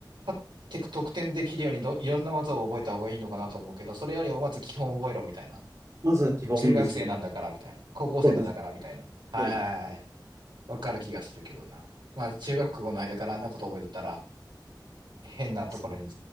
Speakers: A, on the right; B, on the right.
A: ってく得点できるようにど、いろんな技を覚えた方がいいのかなと思うけど、それよりもまず基本覚えろみたいな。
B: まずは基本ですね。
A: 中学生なんだからみたいな。高校生なんだからみたいな。
B: そうです。
A: はいはいはい。
B: はい。
A: わかる気がするけどな。まあ中学校の間からあんなこと覚えとったら、変なところに、
B: そう